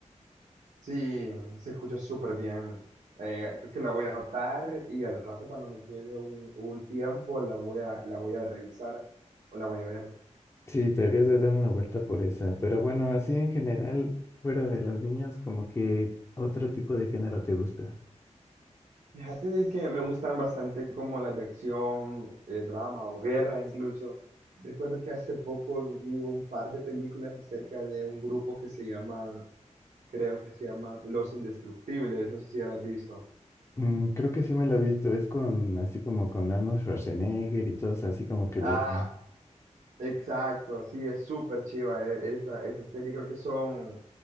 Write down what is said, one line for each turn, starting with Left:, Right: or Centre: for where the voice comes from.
Right: Sí, se escucha súper bien. Eh, creo que la voy a anotar y al rato cuando me quede un, un tiempo la voy a, la voy a revisar o la voy a ver.
Left: Sí, te deberías de dar una vuelta por esa. Pero bueno, así en general, fuera de los niños, como que otro tipo de género te gusta.
Right: Fíjate de que me gustan bastante como las de acción, eh, drama o guerra incluso. Recuerdo que hace poco vi un par de películas acerca de un grupo que se llaman, creo que se llaman Los Indestructibles, no sé si ya las has visto.
Left: Mm, creo que sí me la he visto. Es con así como con Arnold Schwarzenegger y todos así como que los...
Right: Ah,
Left: Ujú.
Right: exacto, sí, es súper chiva eh, esa, esa serie, creo que son...